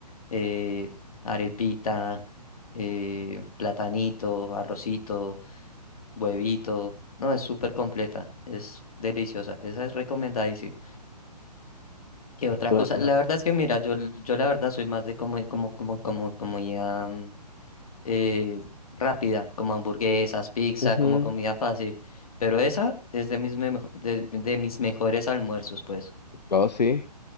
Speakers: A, on the left (about 60°); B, on the left (about 80°).
A: eh, arepita, eh, platanito, arrocito. huevito. No, es súper completa, es deliciosa, esa es recomendadísima. ¿Qué otra
B: Suena.
A: cosa? La verdad es que mira, yo, l- yo la verdad soy más de como, como, como, como comida mm, eh, rápida, como hamburguesas, pizza,
B: Ujú.
A: como comida fácil. Pero esa es de mis, me- de, de mis mejores almuerzos, pues.
B: Oh, sí.